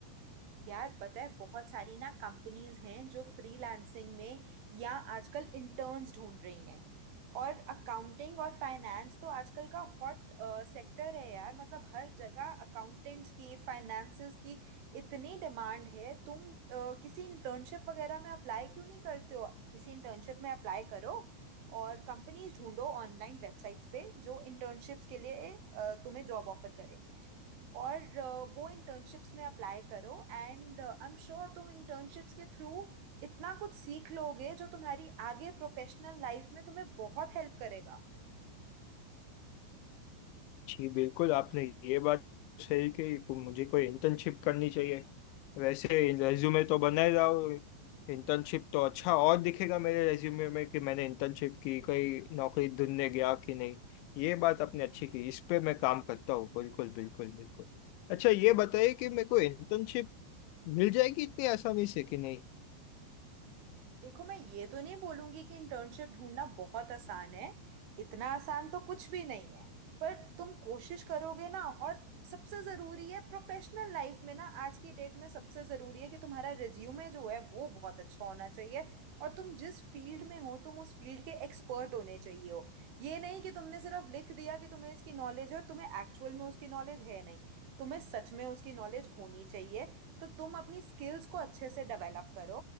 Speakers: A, on the right; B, on the left.
A: यार पता है बहुत सारी ना कंपनीज हैं जो फ्रीलांसिंग में या आजकल इंटर्न्स ढूंढ रही हैं और अकाउंटिंग और फाइनेंस तो आजकल का हॉट सेक्टर है यार मतलब हर जगह अकाउंटेंट्स की फाइनेंसेस की इतनी डिमांड है तुम अ, किसी इंटर्नशिप वगैरह में अप्लाई क्यों नहीं करते हो किसी इंटर्नशिप में अप्लाई करो और कंपनीज ढूंढो ऑनलाइन वेबसाइट्स पे जो इंटर्नशिप्स के लिए अ, तुम्हें जॉब ऑफर करें और अ, वो इंटर्नशिप्स में अप्लाई करो एंड आई एम श्योर तुम इंटर्नशिप्स के थ्रू इतना कुछ सीख लोगे जो तुम्हारी आगे प्रोफेशनल लाइफ में तुम्हें बहुत हेल्प करेगा
B: जी बिल्कुल आपने ये बात सही कही को- मुझे कोई इंटर्नशिप करनी चाहिए वैसे रेज्यूमे तो बनाए जाओ इंटर्नशिप तो अच्छा और दिखेगा मेरे रेज्यूमे में कि मैंने इंटर्नशिप की कोई नौकरी ढूंढने गया कि नहीं ये बात आपने अच्छी की इस पे मैं काम करता हूँ बिल्कुल बिल्कुल बिल्कुल अच्छा ये बताइए कि मेरे को इंटर्नशिप मिल जाएगी इतनी आसानी से कि नहीं
A: देखो मैं ये तो नहीं बोलूंगी कि इंटर्नशिप ढूंढना बहुत आसान है इतना आसान तो कुछ भी नहीं है पर तुम कोशिश करोगे ना और सबसे ज़रूरी है प्रोफेशनल लाइफ में ना आज की डेट में सबसे ज़रूरी है कि तुम्हारा रिज्यूमे जो है वो बहुत अच्छा होना चाहिए और तुम जिस फील्ड में हो तुम उस फील्ड के एक्सपर्ट होने चाहिए हो ये नहीं कि तुमने सिर्फ लिख दिया कि तुम्हें इसकी नॉलेज है और तुम्हें एक्चुअल में उसकी नॉलेज है नहीं तुम्हें सच में उसकी नॉलेज होनी चाहिए तो तुम अपनी स्किल्स को अच्छे से डेवलप करो